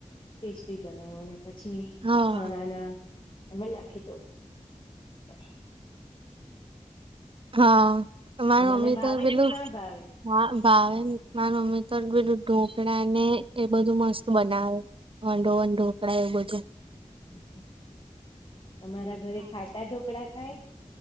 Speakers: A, on the left (about 40°); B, on the right (about 45°).
A: ટેસ્ટી બનાવવા. પછી
B: હા
A: ચણા ના એમ રાખી તોું હ
B: હા, માર
A: તમને
B: મમ્મી
A: ભાવે
B: તો પેલું
A: કે ના ભાવે
B: હા ભાવ માર મમ્મી તો પેલું ઢોકળા ને એ બધું મસ્ત બનાવે વનોવન ઢોકળા એ બધું.
A: હમ્મ તમારા ઘરે ખાટા ઢોકળા ખાય?